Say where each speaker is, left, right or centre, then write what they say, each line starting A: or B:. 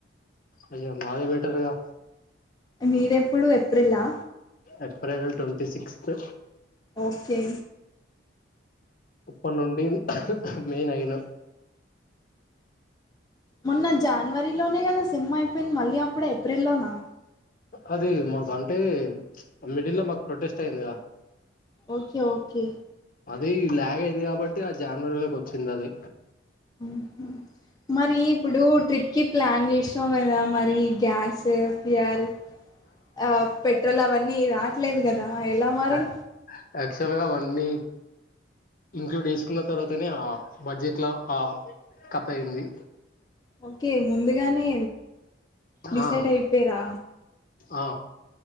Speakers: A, on the left; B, on the left.
A: అయ మాదే బెటర్ కదా
B: మీదెప్పుడు ఎప్రిల్లా
A: ఏప్రెల్ ట్వంటీ సిక్స్త్
B: ఓకే
A: ఉప్పట్ నుండి అహ్ అహ్ మే నైను
B: మొన్న జాన్వరిలోనే కదా సెమ్ అయిపోయింది మళ్ళీ అప్పుడే ఏప్రెల్లోనా
A: అది మాకంటే మిడిల్ లో మాకు ప్రొటెస్ట్ అయిందిగా
B: ఓకే ఓకే
A: అది ల్యాగ్ అయింది కాబట్టి ఆ జాన్వరిలోకి వచ్చింది అది
B: ఊహు మరి ఇప్పుడు ట్రిప్ కి ప్లాన్ జేశ్నావ్ గదా మరి గ్యాస్ ఫ్యుయాల్ ఆ పెట్రోల్ అవన్నీ రా ట్లేదు కదా ఎలా మరి
A: ఆ యాక్టువల్ గా అన్నీ ఇంక్లూడ్ చేసుకున్న తర్వాతనే ఆ బడ్జెట్ లా ఆ కథ అయింది
B: ఓకే ముందుగానే డిసైడ్
A: ఆ
B: అయిపోయరా
A: ఆ